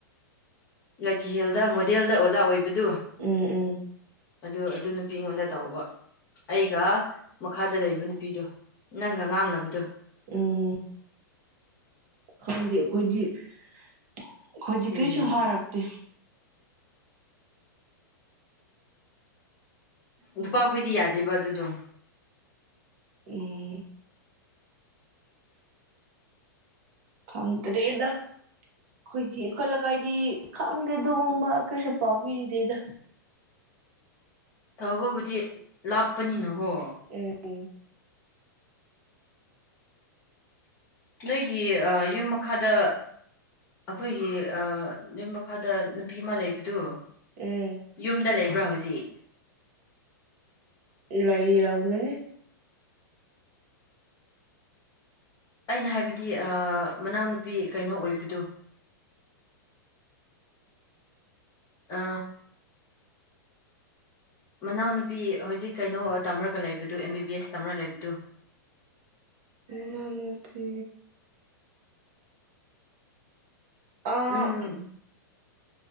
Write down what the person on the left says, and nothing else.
ꯂꯀꯤꯍꯦꯜꯗ ꯃꯣꯗꯦꯜꯗ ꯑꯣꯖꯥ ꯑꯣꯏꯕꯗꯨ
ꯑꯗꯨ ꯑꯗꯨ ꯅꯨꯄꯤ ꯑꯩꯉꯣꯟꯗ ꯇꯧꯕ ꯑꯩꯒ ꯃꯈꯥꯗ ꯂꯩꯕ ꯅꯨꯄꯤꯗꯣ ꯅꯪꯒ ꯉꯥꯡꯅꯕꯗꯣ
ꯎꯝ
ꯅꯨꯄꯥꯈꯣꯏꯗꯤ ꯌꯥꯗꯦꯕ ꯑꯗꯨꯗꯣ
ꯊꯕꯕꯨꯗꯤ ꯂꯥꯞꯄꯅꯤꯅꯀꯣ
ꯅꯣꯏꯒꯤ ꯌꯨꯝ ꯃꯈꯥꯗ ꯑꯩꯈꯣꯏꯒꯤ ꯌꯨꯝ ꯃꯈꯥꯗ ꯅꯨꯄꯤ ꯑꯃ ꯂꯩꯕꯗꯨ
ꯌꯨꯝꯗ ꯂꯩꯕ꯭ꯔꯥ ꯍꯧꯖꯤꯛ
ꯑꯩꯅ ꯍꯥꯏꯕꯗꯤ ꯃꯅꯥꯎꯅꯨꯄꯤ ꯀꯩꯅꯣ ꯑꯣꯏꯕꯗ ꯑ ꯃꯅꯥꯎꯅꯨꯄꯤ ꯍꯧꯖꯤꯛ ꯀꯩꯅꯣ ꯇꯝꯔꯒ ꯂꯩꯕꯗꯨ ꯑꯦꯝ ꯕꯤ ꯕꯤ ꯑꯦꯁ ꯇꯝꯔꯒ ꯂꯩꯕꯗꯨ
ꯎꯝ